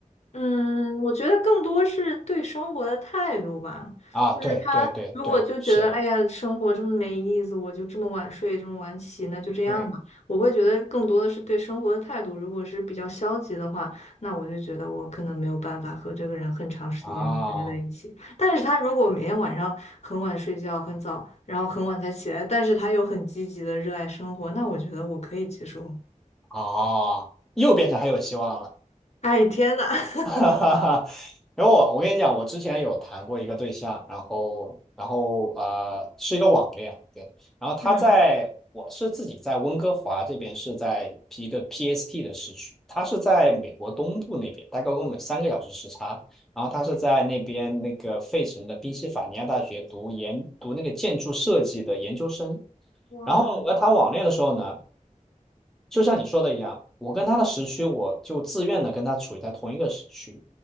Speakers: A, on the left (about 55°); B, in the centre.
A: 嗯，我觉得更多是对生活的态度吧。
B: 啊。
A: 就是他如果就觉得，
B: 对对对对，是的，
A: 哎呀，生活这么没意思，我就这么晚睡，这么晚起，那就这样吧。
B: 对
A: 我会觉得更多的是对生活的态度。如果是比较消极的话，那我就觉得我可能没有办法和这个人很长时间的待在一起。
B: 啊，
A: 但是他如果每天晚上很晚睡觉，很早，然后很晚才起来，但是他又很积极的热爱生活，那我觉得我可以接受。
B: 哦，又变成还有希望了。
A: 哎，天呐！
B: <laughs>
A: <laughs>
B: 哈哈哈，然后我我跟你讲，我之前有谈过一个对象，然后然后呃是一个网恋，对，然后他在我是自己在温哥华这边是在一个
A: 嗯。
B: PST 的市区，他是在美国东部那边，大概跟我们三个小时时差，然后他是在那边那个费城的宾夕法尼亚大学读研读那个建筑设计的研究生，
A: 哇，
B: 然后我和他网恋的时候呢。就像你说的一样，我跟他的时区，我就自愿的跟他处于在同一个时区。